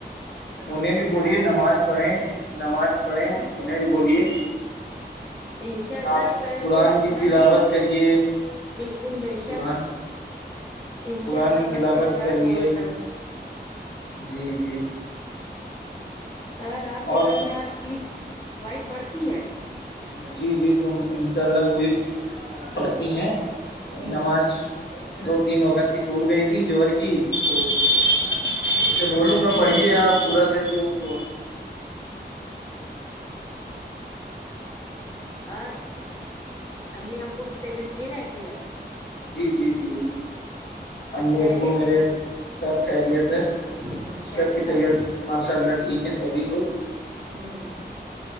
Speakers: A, on the left; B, on the left.
A: انہیں بھی بولیے
B: ہاں
A: نماز پڑھیں نماز پڑھیں انہیں بھی بولیے
B: انشاء اللہ
A: آپ
B: کل
A: قرآن
B: سے
A: کی
B: میں
A: تلاوت
B: بھی
A: کریے
B: بالکل بے شک
A: قرآن
B: انشاء
A: قرآن
B: اللہ
A: کی
B: کل
A: تلاوت
B: سے اسٹارٹ
A: کرے
B: ہوگا سب
A: جی جی
B: اورر آپ کے
A: اور
B: گھر میں آپ کی وائف پڑتی ہیں
A: جی جی ان شاء اللہ وہ بھی پڑھتی ہیں
B: ہوں،
A: نماز تو تین وقت کی چھوٹ گئی تھی جوہر کی تو ان سے بولوں گا پڑھیے آپ پورا کرے ان کو
B: اور امی ابو کی طبیعت صحیح رہتی ہے آپ کی
A: جی جی جی
B: سب
A: امی
B: خیریت
A: ابو میرے سب خیریت ہے
B: ہاںشاء
A: سب
B: اللہ
A: کی طبیعت ماشاء اللہ ٹھیک ہے سبھی کوچھ
B: ہوں